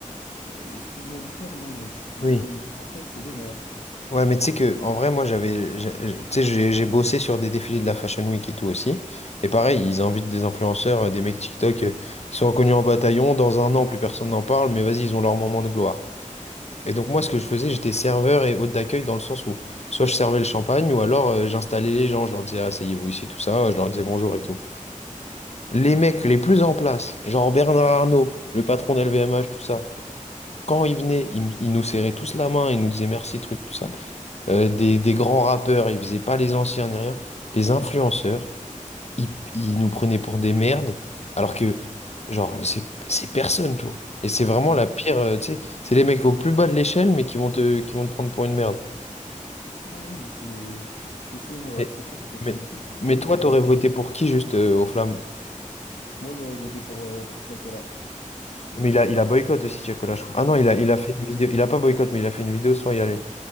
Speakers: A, on the left; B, on the left.
A: Euh, excuse-moi du terme, hein, mais c'est
B: Oui.
A: ce qui me vient en tête, c'est des merdes.
B: Ouais, mais tu sais que, en vrai, moi, j'avais, j'ai- j'ai- tu sais, j'ai j'ai bossé sur des défilés de la Fashion Week et tout aussi. Et pareil, ils invitent des influenceurs, euh, des mecs TikTok, euh, ils sont inconnus en bataillon. Dans un an, plus personne n'en parle, mais vas-y, ils ont leur moment de gloire. Et donc moi, ce que je faisais, j'étais serveur et hôte d'accueil dans le sens où soit je servais le champagne ou alors euh, j'installais les gens, je leur disais asseyez-vous ici, tout ça, je leur disais bonjour et tout. Les mecs les plus en place, genre Bernard Arnault, le patron d'LVMH, tout ça, quand ils venaient, ils, m- ils nous serraient tous la main, ils nous disaient merci, truc, tout ça. Euh, des, des grands rappeurs, ils faisaient pas les anciens ni rien. Les influenceurs, ils, ils nous prenaient pour des merdes, alors que, genre, c'est c'est personne, tu vois. Et c'est vraiment
A: Mais
B: la
A: oui.
B: pire, euh, tu sais, c'est les mecs au plus bas de l'échelle, mais qui vont te, qui vont te prendre pour une merde.
A: Ouais, non, mais c'est c'est c'est une horreur,
B: Mais,
A: c'est ça en fait.
B: mais,
A: C'est du coup, tu donnes
B: mais toi,
A: du
B: t'aurais
A: gaz.
B: voté pour qui juste euh, aux flammes?
A: Moi, j'aurais voté pour, euh, pour Tiakola.
B: Mais il a, il a boycott aussi, Tiakola, je crois. Ah non, il a, il
A: Ouais.
B: a fait une vidéo, il a pas boycott, mais il a fait une vidéo sans y aller.